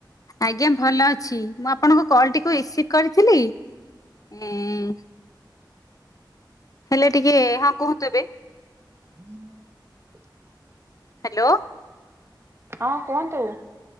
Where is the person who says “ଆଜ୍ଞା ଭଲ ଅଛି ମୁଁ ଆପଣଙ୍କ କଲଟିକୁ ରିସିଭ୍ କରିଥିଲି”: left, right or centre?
Left